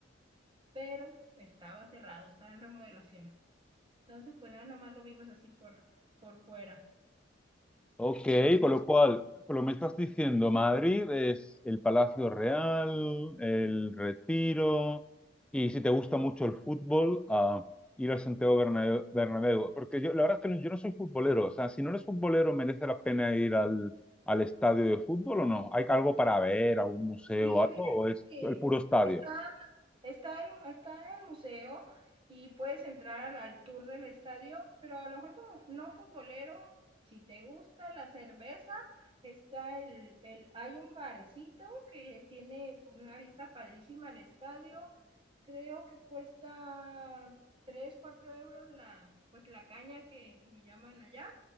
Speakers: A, on the right (about 25°); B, in the centre.
A: pero estaba cerrado, estaba en remodelación. Entonces, pues nada, nomás lo vimos así por, por fuera.
B: ok,
A: No sé
B: con lo
A: si
B: cual, por lo que me estás diciendo, Madrid es el Palacio Real, el Retiro, y si te gusta mucho el fútbol, a ir al Santiago Bernabéu, Bernabéu. Porque yo, la verdad es que no- yo no soy futbolero, o sea, si no eres futbolero, ¿merece la pena ir al, al estadio de fútbol o no? ¿Hay algo para ver, algún museo,
A: Sí,
B: algo,
A: fíjate
B: o es
A: que
B: el puro estadio?
A: está, está, el, está el museo y puedes entrar al, al tour del estadio, pero a lo mejor como no futbolero, si te gusta la cerveza, está el, el hay un barecito que tiene una vista padrísima al estadio. Creo que cuesta 3 4 euros la, pues la caña que le llaman allá.